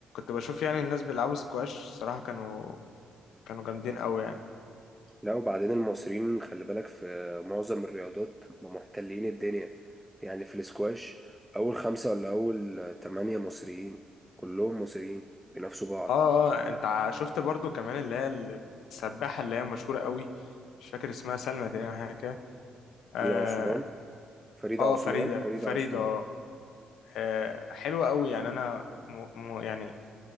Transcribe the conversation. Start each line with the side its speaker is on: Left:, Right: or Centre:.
Left: بشوف يعني الناس بيلعبوا سكواش صراحه كانوا كانوا جامدين قوي يعني
Centre: لا وبعدين المصريين خلي بالك في معظم الرياضات ما محتلين الدنيا يعني في الاسكواش اول خمسه ولا اول تمانية مصريين كلهم مصريين بينافسوا بعض
Left: اه اه انت ع- شفت برضو كمان اللي هي السباحه اللي هي مشهوره قوي مش فاكر اسمها سلمى تقريبا حاجه كده اه
Centre: دينا عثمان فريدة
Left: آه،
Centre: عثمان
Left: فريده
Centre: فريدة
Left: فريده
Centre: عثمان
Left: اه آه، حلوه قوي يعني انا م... م... يعني